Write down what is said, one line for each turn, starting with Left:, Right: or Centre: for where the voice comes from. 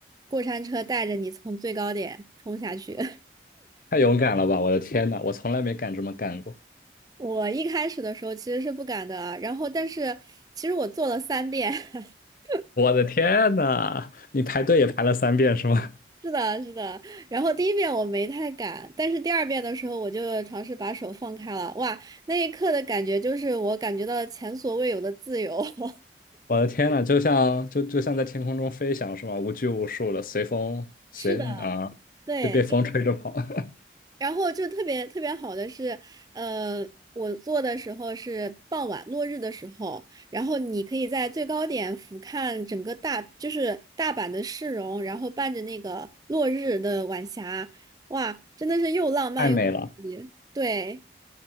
Right: 过山车带着你从最高点冲下去。<laughs>
Left: 太勇敢了吧！我的天呐，我从来没敢这么干过。
Right: 我一开始的时候其实是不敢的啊，然后但是其实我做了三遍，<laughs>
Left: 我的天呐，你排队也排了三遍是吗？
Right: 是的，是的。然后第一遍我没太敢，但是第二遍的时候我就尝试把手放开了，哇，那一刻的感觉就是我感觉到了前所未有的自由。<laughs>
Left: 我的天呐，就像就就像在天空中飞翔是吗？无拘无束的，随风随啊，
Right: 是的，对，
Left: 就被风吹着跑，<laughs>
Right: 然后就特别特别好的是，呃，我做的时候是傍晚落日的时候，然后你可以在最高点俯瞰整个大，就是大阪的市容，然后伴着那个落日的晚霞，哇，真的是又浪漫又刺激。
Left: 太美了。
Right: 对，